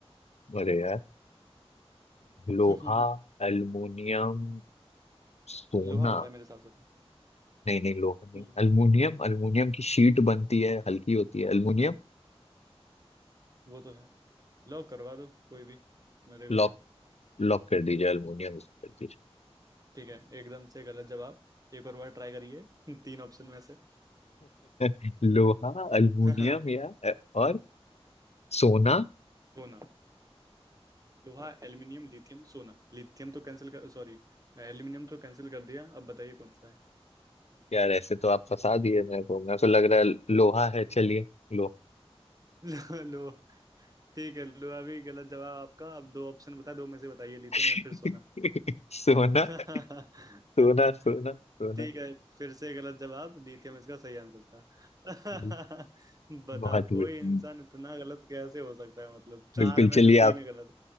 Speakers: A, on the left (about 85°); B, on the right (about 35°).
A: अरे यार लोहा
B: <laughs>
A: एल्युमिनियम सोना
B: लोहा होता है मेरे हिसाब से तो
A: नहीं नहीं लोहा नहीं
B: हम्म
A: अल्मीनियम अल्मीनियम की शीट बनती है हल्की होती है अल्मीनियम
B: वो तो है लो करवा दो कोई भी मेरे को
A: लॉक
B: क्या
A: लॉक कर दीजिए अल्मीनियम लॉक कर दीजिए
B: ठीक है एकदम से गलत जवाब एक और बार ट्राई करिए <laughs> तीन ऑप्शन में से
A: <laughs> लोहा अल्मीनियम
B: <laughs>
A: या और सोना
B: सोना लोहा एल्यूमिनियम लिथियम सोना लिथियम तो कैंसिल कर सॉरी एल्यूमिनियम तो कैंसिल कर दिया अब बताइए कौन सा
A: यार ऐसे तो आप फंसा दिए मेरे को मेरे को लग रहा है लोहा है चलिए लोहा
B: है <laughs> लोहा ठीक है लो अभी गलत जवाब आपका अब दो ऑप्शन बता दो में से बताइए लिथियम या
A: <laughs>
B: फिर सोना
A: सोना
B: <laughs>
A: सोना सोना सोना
B: ठीक है फिर से गलत जवाब लिथियम इसका सही आंसर था
A: <laughs>
B: <laughs> बताओ
A: बहुत बढ़िया।
B: कोई इंसान इतना गलत कैसे हो सकता है मतलब चार
A: बिल्कुल
B: में
A: चलिए
B: से तीन
A: आप
B: गलत